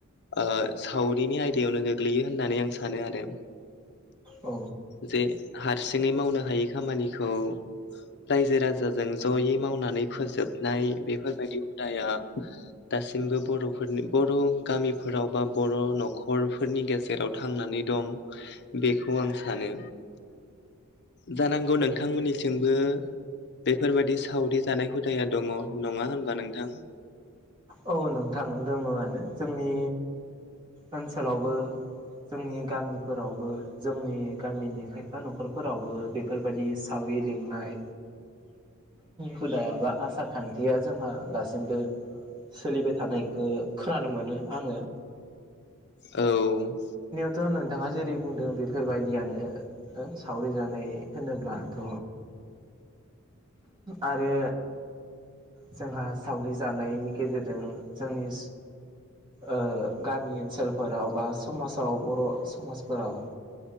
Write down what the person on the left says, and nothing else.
ओ सावरिनि आयदायावनो गोग्लैयो होननानै आं सानो आरो
जे हारसिङै मावनो हायै खामानिखौ रायजो राजाजों जयै मावनानै फोजोबनाय बेफोरबायदि हुदाया दासिमबो बरफोरनि बर गामिफोराव बा बर नखरफोरनि गेजेराव थांनानै दं बेखौ आं सानो जानांगौ नोंथांमोननि थिंबो बेफोरबायदि सावरि जानाय हुदाया दङ नङा होनबा नोंथां
औ